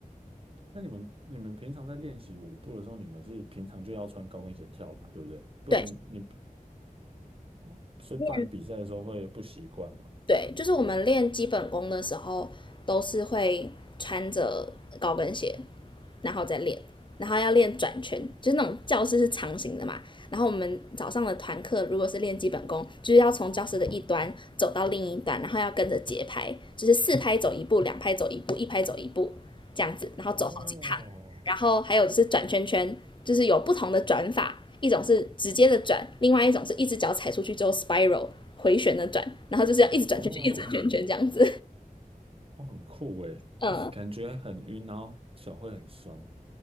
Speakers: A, on the right; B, on the left.
A: 那你们你们平常在练习舞步的时候，你们是平常就要穿高跟鞋跳吧，对不对？不然你
B: 对，
A: 哦，所以不然比赛的时候会不习惯嘛？
B: 你有对，就是我们练基本功的时候，都是会穿着高跟鞋，然后再练，然后要练转圈，就是那种教室是长形的嘛。然后我们早上的团课如果是练基本功，就是要从教室的一端走到另一端，然后要跟着节拍，就是四拍走一步，两拍走一步，一拍走一步这样子，然后走好几趟。
A: 哦
B: 然后还有就是转圈圈，就是有不同的转法，一种是直接的转，另外一种是一只脚踩出去之后 spiral 回旋的转，然后就是要一直转圈圈，
A: 哦。
B: 一直转圈圈这样子。
A: 哦，很酷诶，
B: <laughs> 嗯，
A: <laughs> 感觉很晕，然后脚会很酸。